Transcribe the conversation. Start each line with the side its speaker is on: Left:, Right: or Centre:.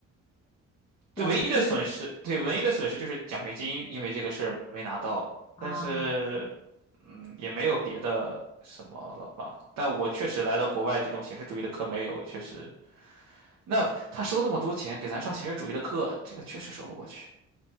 Right: 对，
Left: 老师有
Right: 唯一的损失，对，唯一的损失就是奖学金，因为这个事儿没拿到。
Left: 啊，
Right: 但是，嗯，也没有别的什么了吧？但我确实来到国外，这种形式主义的课没有，确实，那他收那么多钱给咱上形式主义的课，这个确实说不过去。